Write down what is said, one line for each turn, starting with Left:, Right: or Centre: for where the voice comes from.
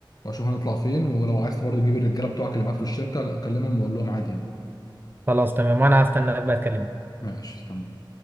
Left: واشوف هنطلع فين ولو عايز برضو تجيب الرجاله بتوعك اللي معاك في الشركه كلمهم وقول لهم عادي يعني
Right: خلاص تمام وانا هستناك بقى تكلمني
Left: ماشي تمام